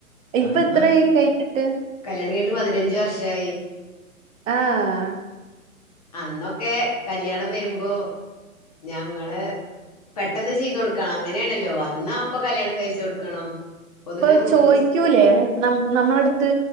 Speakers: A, on the right; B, on the left.
A: ഇപ്പ
B: അന്നും
A: എത്ര കഴിഞ്ഞിട്ട്
B: കല്യാണം കഴി ഞ്ഞിട്ട് പതിനഞ്ചു വർഷമായി
A: ആഹ
B: അന്നൊക്കെ കല്യാണം വരുമ്പോ ഞങ്ങള് പെട്ടെന്ന് ചെയ്ത കൊടുക്കണം അങ്ങനെയാണല്ലോ വന്നാ ഇപ്പൊ കല്യാണം കഴിച്ച് കൊടുക്കണം പൊതുവെ
A: ഇപ്പൊ
B: മു
A: ചോദിക്കൂലേ
B: മുസ്
A: ന നമ്മളടുത്ത്